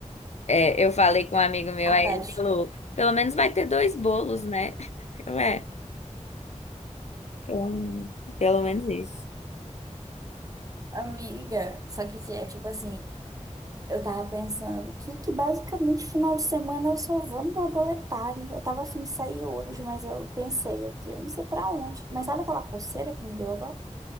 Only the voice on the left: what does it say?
é, eu falei com um amigo meu,
aí
ele
falou, pelo menos vai ter dois bolos, né? <laughs> Eu, é, pelo, pelo menos isso.